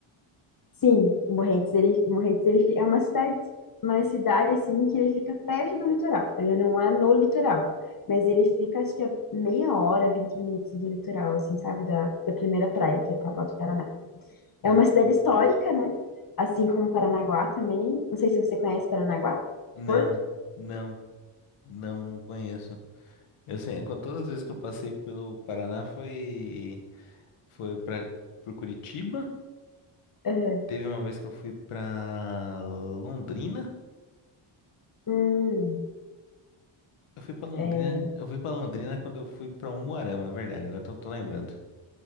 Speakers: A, on the left; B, on the left.
A: Sim, o Morretes, ele, Morretes, ele fi- é uma cidade, uma cidade assim que ele fica perto do litoral. Ele não é no litoral, mas ele fica acho que a meia hora, 20 minutos do litoral, assim, sabe, da, da primeira praia, que é Palpau do Paraná. É
B: Hum,
A: uma cidade histórica, né? Assim como Paranaguá também. Não sei se você conhece Paranaguá,
B: não,
A: Porto.
B: não, não, não conheço. Eu sei, Com todas as vezes que eu passei pelo Paraná foi, foi para por Curitiba.
A: Aham.
B: Teve uma vez que eu fui pra Londrina.
A: Hum,
B: Eu fui pra Londrina,
A: é.
B: eu fui para Londrina quando eu fui pra Umuarama, é verdade. Agora tô, tô lembrando.